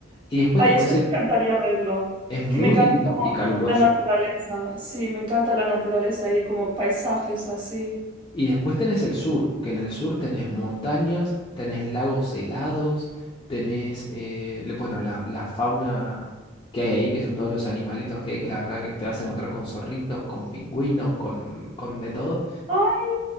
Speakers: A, on the left; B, on the right.
A: Y después
B: Ay,
A: te puedo
B: esto
A: decir,
B: me encantaría verlo.
A: es muy
B: Que me encanta
A: lindo
B: como
A: y caluroso.
B: la naturaleza. Sí, me encanta la naturaleza y como paisajes así.
A: Y después tenés el sur, que en el sur tenés montañas, tenés lagos helados, tenés, eh, le- bueno, la, la fauna que hay ahí, que son todos los animalitos que hay, que la verdad que te vas a encontrar con zorritos, con pingüinos, con, con de todo.
B: Ay,